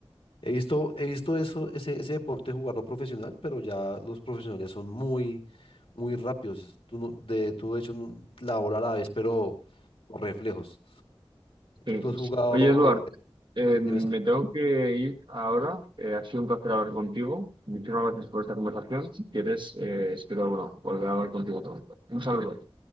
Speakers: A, on the left; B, on the right.
A: He visto, he visto eso, ese, ese deporte jugarlo profesional, pero ya los profesionales son muy, muy rápidos. Tú, no- de, tú de hecho, no- la bola a la vez, pero con reflejos.
B: Sí,
A: ¿Tú
B: pues.
A: has jugado
B: Oye, Eduard,
A: eh,
B: eh,
A: tenis
B: me
A: de mesa?
B: tengo que ir ahora. Eh, ha sido un placer hablar contigo. Muchísimas gracias por esta conversación. Si quieres, eh, espero bueno, volver a hablar contigo. otra vez. Un saludo.